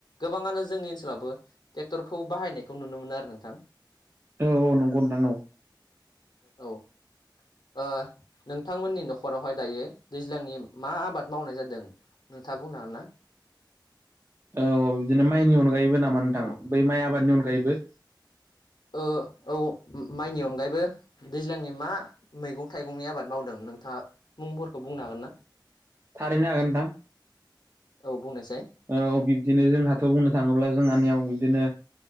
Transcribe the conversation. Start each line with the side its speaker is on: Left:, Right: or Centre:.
Left: गोबाङानो जोंनि ओनसोलावबो ट्रेक्टरखौ बाहायनायखौ नुनो मोनो आरो नोंथां।
Right: औ औ नंगौ नोंथां औ
Left: औ ओ नोंथांमोननि न'खरावहाय दायो दैज्लांनि मा आबाद मावनाय जादों। नोंथाङा बुंनो हागोनना।
Right: औ बिदिनो माइनि अनगायैबो नामा नोंथां
Left: औ
Right: बै माइ आबादनि अनगायैबो।
Left: ओ औ माइनि अनगायैबो दैज्लांनि मा मैगं-थाइगंनि आबाद मावदों नों था मुंफोरखौ बुंनो हागोन ना।
Right: थारैनो हागोन नोंथां।
Left: औ बुंनोसै।
Right: औ बिब्दिनो जोंहाथ' बुंनो थाङोब्ला जोंहानियाव बिब्दिनो